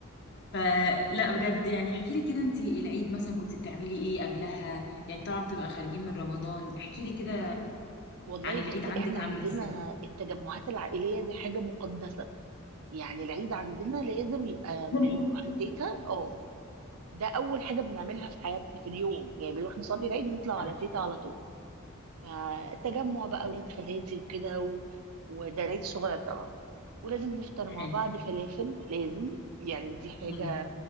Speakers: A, on the left; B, on the right.
A: فلا بجد يعني احكي لي كده انت العيد مثلا كنت بتعملي ايه قبلها يعني طبعا بتبقى خارجين من رمضان احكي لي كده
B: والله
A: عن العيد
B: بصي
A: عندك
B: احنا
A: عامل
B: عندنا
A: ازاي
B: التجمعات العائلية دي حاجة مقدسة يعني العيد عندنا لازم يبقى
A: جميل
B: بنروح لتيتا اه ده اول حاجه بنعملها في حياتي في اليوم يعني بنروح نصلي العيد ونطلع
A: اه
B: على تيتا على طول فالتجمع بقى اولاد خالاتي وكده و... وده العيد صغير طبعا ولازم نفطر
A: حلو
B: مع بعض فلافل لازم يعني دي حاجه
A: مم.